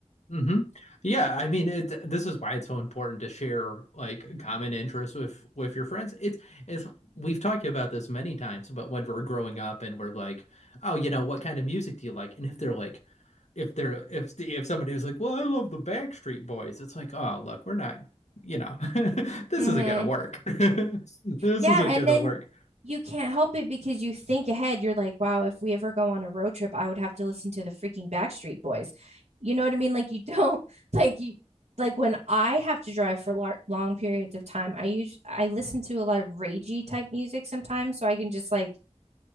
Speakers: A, on the left; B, on the right.
A: hmm Yeah, I mean it this is why it's so important to share like common interests with with your friends. It's it's we've talked about this many times, but when we're growing up and we're like, "Oh, you know, what kind of music do you like?" And if they're like if they're if the- if somebody was like, "Well, I love the Backstreet Boys." It's like, "Oh, look, we're not, you know, <laughs> this
B: hmm
A: isn't gonna work. <laughs> This
B: yeah,
A: isn't
B: and
A: gonna
B: then
A: work."
B: you can't help it because you think ahead. You're like, wow, if we ever go on a road trip, I would have to listen to the freaking Backstreet Boys. You know what I mean? Like you don't <laughs> like you like when I have to drive for lar long periods of time, I use I listen to a lot of ragey type music sometimes, so I can just like